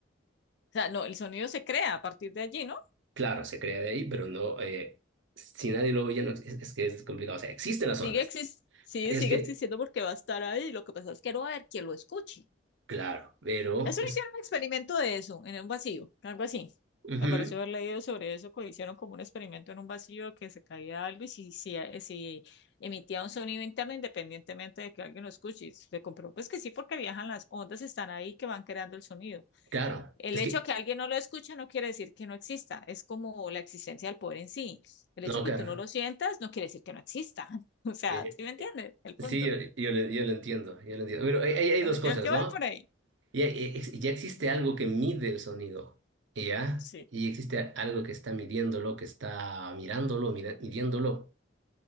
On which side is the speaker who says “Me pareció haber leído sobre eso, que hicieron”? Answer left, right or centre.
Left